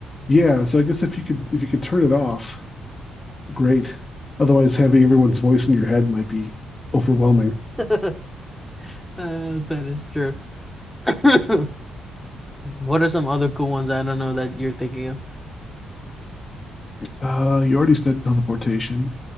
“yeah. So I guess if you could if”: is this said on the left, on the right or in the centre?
Left